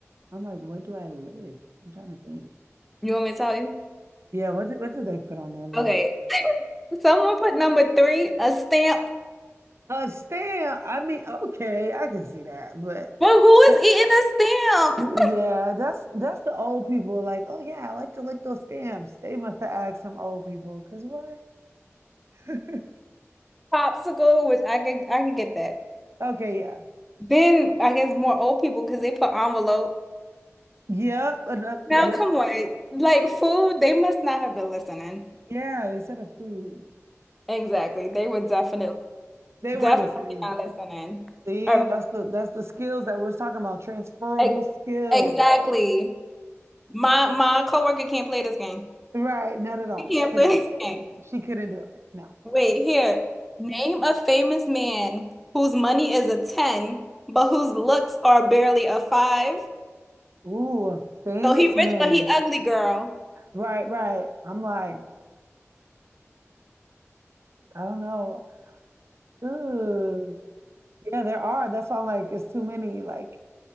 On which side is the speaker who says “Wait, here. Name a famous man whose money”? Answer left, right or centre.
Centre